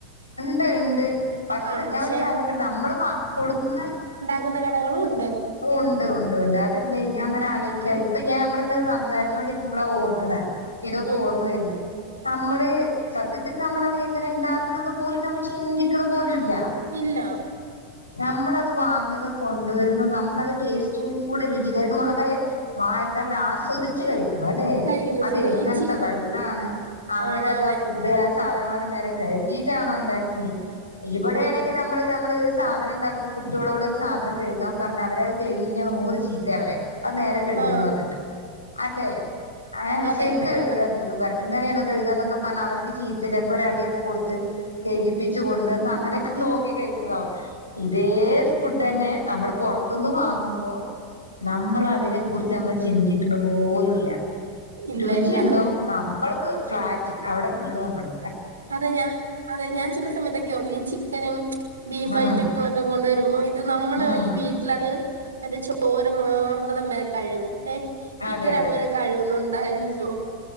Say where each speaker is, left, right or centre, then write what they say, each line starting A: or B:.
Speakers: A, on the left; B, on the right.
A: ഇണ്ട് ഇണ്ട് പക്ഷേ
B: ആ പക്ഷെ
A: ഞാൻ ഒരു കാര്യം പറ മ്മള് കാ കൊട്ന്ന
B: ക്കുന്ന കടകളും ഉൺ
A: ഉണ്ട് ഉണ്ട് ഉണ്ട് അതല്ലേയ് ഞാൻ ഇങ്ങനെ ആലോയ്ക്കാ ഇപ്പ ഞാനമ്മള്ങ്ങനെ സംസാരിച്ചോണ്ടിരി ക്കുമ്പളാ ഓർക്കണെ. ഇതൊക്കെ
B: ഉം
A: ഓർമ്മ വര്ണെ. നമ്മള് സത്യത്തില് നമ്മളത് എങ്ങനെ ഇങ്ങനെ ഇണ്ടാക്ക്ണ്ന്ന് പോലും നമ്മള് ചിന്തിക്ക്ണ് പോലുല്ല.
B: ഇല്ല
A: നമ്മളത് വാങ്ങ്ണ് കൊണ്ടുവര്ണ് നമ് മ്മളത് ടെസ്റ്റോടെ രുചികരമായ വായക്ക് അല്ല ആസ്വദിച്ച് കഴിക് ന്നാല്ലേ
B: കഴിക്കുന്ന
A: അത്
B: ശീല
A: എങ്ങനത്തെ
B: ഈ ചി
A: വെള്ളാണ് അവരത്
B: ആണ് അതെ
A: ആ ഫുഡ് ആഹ് സാധനങ്ങളൊ അന്നേരം കഴുകീട്ടാണോ ഉണ്ടാക്കെ ഇവടേണെങ്കി
B: ഉം, ഉം.
A: നമ്മള് ഞമ്മള് സാധനം ണ്ടകുമ്പോ കുട്ട്യോളോട് ഒരു സാധനം കഴുകാൻ പർഞ്ഞ അവര് ത അവര് കെയ്‌കീകെ നൂറ് ചീത്തെ അവരെ അത് നേരെ കഴ്ക്ന്ന്
B: ആ
A: പർഞ്ഞിട്ട് അല്ലേ ആ
B: അതെ
A: ശരിക്ക്
B: അതെ
A: കയ്ക്
B: ആ.
A: അത് ന്ന് പർഞ്ഞിട്ട് ഇങ്ങനെണോ കഴ്കൊന്നൊക്കെ പർഞ് അവര്ക്ക് ചീത്ത ചെലപ്പോ ഒര് അടിഒക്കെ കൊട്ത്ത് കെയ്കിപ്പിച്ച് കൊണ്ടോ ന്ന് അങ്ങനൊക് നോക്കി കഴിക്ണതോ ഇതേ ഫഡെന്നെ നമ്മള് പൊർ ത്ത്ന്ന് വാങ്ങുമ്പോ നമ്മള് അതിനെ കുറിച്ച് നമ്മള് ചിന്തിക്ണപോലുല്ല.
B: ഇല്ല
A: രുചിയുണ്ടോ
B: ഇല്ല
A: അ നമ്മൾക്ക് ഫ്ളാറ്റ് അവിടെ വീണ് അമ്മള്.
B: അതെ ഞാൻ അതെ ഞാൻ ചെല സമയത്തൊക്കെ ഓർകു ഈ ചിക്കനും ബീഫ്
A: ഉം
B: ഐറ്റങ്ങളൊക്കെ കൊണ്ട് വരുമ്പോ ഇത് നമ്മള്
A: ഉം
B: വങ്കി വീട്ടിലത് അതിന്റെ ചോര മാർന്നടം വരെ കൈകും ഏ
A: അതെ
B: ഇവര് അങ്ങനെ കഴുകുന്നുണ്ടായിരി സോ